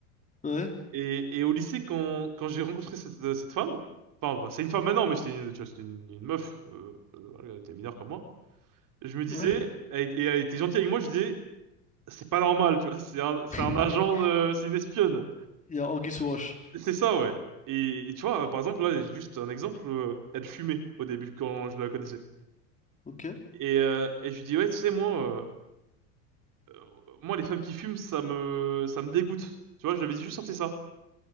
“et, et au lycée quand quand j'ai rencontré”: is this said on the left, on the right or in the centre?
Right